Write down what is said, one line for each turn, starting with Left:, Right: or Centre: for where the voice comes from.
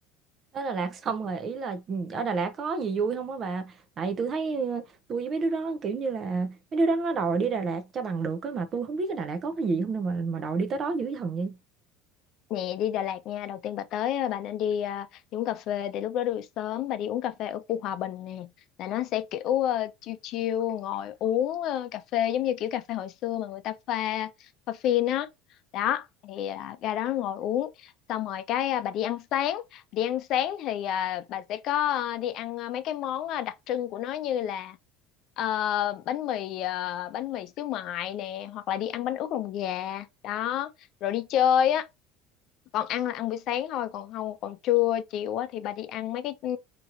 Right: tới Đà Lạt xong rồi ý là ừ, ở Đà Lạt có gì vui không á bà tại vì tôi thấy ừ, tôi với mấy đứa đó kiểu như là mấy đứa đó nó đòi đi Đà Lạt cho bằng được á mà tôi không biết cái Đà Lạt có cái gì không đâu mà mà đòi đi tới đó dữ thần vậy
Left: Nè đi Đà Lạt nha Đầu tiên bà tới ờ, bà nên đi, ờ, đi uống cà phê Thì lúc đó đi buổi sớm Bà đi uống cà phê ở khu Hòa Bình nè Là nó sẽ kiểu ờ, chill chill Ngồi uống ờ, cà phê Giống như kiểu cà phê hồi xưa mà người ta pha Pha phin á Đó thì à, ra đó ngồi uống Xong rồi cái à, bà đi ăn sáng Đi ăn sáng thì à, bà sẽ có ờ, Đi ăn ờ, mấy cái món ờ, đặc trưng của nó Như là ờ, bánh mì ờ, Bánh mì xíu mại nè Hoặc là đi ăn bánh ướt lòng gà Đó rồi đi chơi á còn ăn là ăn buổi sáng thôi còn không còn trưa chiều á thì bà đi ăn mấy cái ừ,